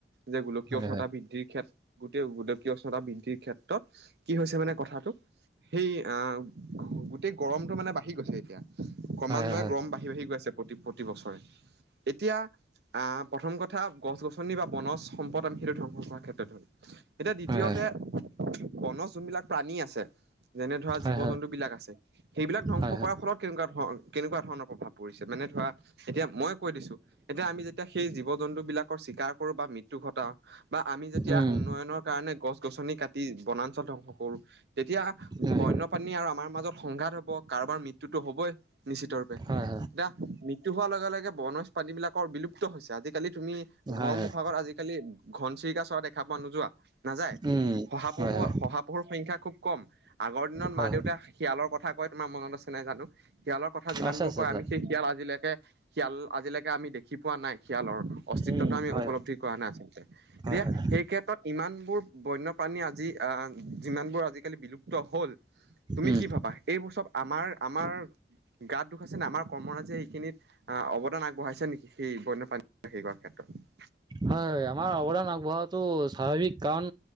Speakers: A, on the right (about 65°); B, on the right (about 25°).
A: যে গোলকীয়
B: হয়
A: উষ্ণতা
B: হয়
A: বৃদ্ধিৰ ক্ষেত্ৰত গোটেই গোলকীয় উষ্ণতা বৃদ্ধিৰ ক্ষেত্ৰত, কি হৈছে মানে কথাটো সেই আ গোটেই গৰমটো মানে বাঢ়ি গৈছে এতিয়া। ক্ৰমান্বয়ে
B: হয় হয়
A: গৰম বাঢ়ি বাঢ়ি বাঢ়ি গৈ আছে প্ৰতি প্ৰতি বছৰ। এতিয়া আ প্ৰথম কথা গছ-গছনি বা বনজ সম্পদ আমি সেইটো ধ্বংস কৰাৰ ক্ষেত্ৰত এতিয়া দ্বিতীয়তে
B: হয়
A: বনজ যোনবিলাক প্ৰাণী আছে। যেনে ধৰা,
B: হয়
A: জীৱ-জন্তু
B: হয়
A: বিলাক আছে, সেইবিলাক ধ্বংস
B: হয় হয় হয়
A: কৰাৰ ফলত কেনেকুৱা ধৰ কেনেকুৱা ধৰণৰ প্ৰভাৱ পৰিছে? মানে ধৰা এতিয়া মই কৈ দিছো, এতিয়া আমি যেতিয়া সেই জীৱ-জন্তু বিলাকৰ চিকাৰ কৰোঁ, বা মৃত মৃত্যু ঘটাও বা আমি যেতিয়া
B: উম
A: উন্নয়নৰ কাৰণে গছ-গছনি কাটি বনাঞ্চল ধ্বংস কৰোঁ। তেতিয়া
B: হয়
A: বন্যপ্ৰাণী আৰু আমাৰ মাজত সংঘাত হ'ব, কাৰোবাৰ মৃত্যুতো হ'বই। নিশ্চিত ৰূপে
B: হয় হয়
A: এতিয়া মৃত্যু হোৱাৰ লগে লগে বনজ প্ৰানী বিলাকৰ বিলুপ্ত হৈছে আজিকালি তুমি ঘৰ
B: হয় হয়
A: মুখ আগত আজিকালি ঘনচিৰিকা চৰাই দেখা পোৱা নোযোৱা নাযাই
B: উম
A: শহাপহু
B: হয় হয়
A: শহাপহুৰ সংখ্যা খুব কম আগৰ দিনত
B: হয়
A: মা দেউতা শিয়ালৰ কথা কই তোমাৰ মনত আছে নাই জানো শিয়ালৰ কথা
B: হয়
A: যিমানবোৰ
B: আছে আছে
A: কই
B: ছাৰ
A: আমি সেই শিয়াল আজিলৈকে শিয়াল আজিলৈকে আমি দেখি পোৱা নাই। শিয়ালৰ অস্তিত্বটো
B: উম
A: আমি
B: হয়
A: উপলব্ধি কৰা নাই আচলতে
B: হয়
A: এতিয়া
B: হয়
A: সেই ক্ষেত্ৰত ইমানবোৰ বন্য প্ৰানী আজি আ যিমানবোৰ আজিকালি বিলুপ্ত হল। তুমি
B: উম
A: কি ভাবা এইবোৰ চব আমাৰ আমাৰ গাত দুষ আছে নে আমাৰ কৰ্মৰাজিয়ে সেইখিনিত আ অৱদান আগবঢ়াইছে নেকি সেই বন্যপ্ৰাণীৰ হেই কৰাৰ ক্ষেত্ৰত
B: হয় আমাৰ অৱদান আগবঢ়োৱাটো স্বাভাৱিক কাৰণ